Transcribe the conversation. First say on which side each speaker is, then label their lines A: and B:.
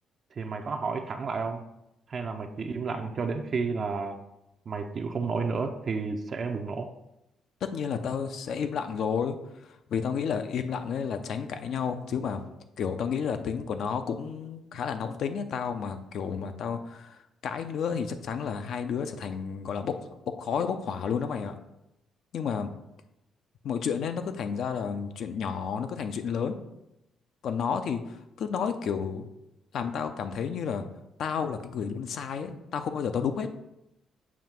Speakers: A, on the right; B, on the left.
A: thì mày có hỏi thẳng lại không? Hay là mày chỉ im lặng cho đến khi là mày chịu không nổi nữa thì sẽ bùng nổ?
B: tất nhiên là tao sẽ im lặng rồi vì tao nghĩ là im lặng ấy là tránh cãi nhau chứ mà kiểu tao nghĩ là tính của nó cũng khá là nóng tính ấy tao mà kiểu mà tao cãi nữa thì chắc chắn là hai đứa sẽ thành gọi là bốc bốc khói bốc hỏa luôn đó mày ạ nhưng mà mọi chuyện ấy nó cứ thành ra là chuyện nhỏ nó cứ thành chuyện lớn còn nó thì cứ nói kiểu làm tao cảm thấy như là tao là cái người luôn sai ấy tao không bao giờ tao đúng hết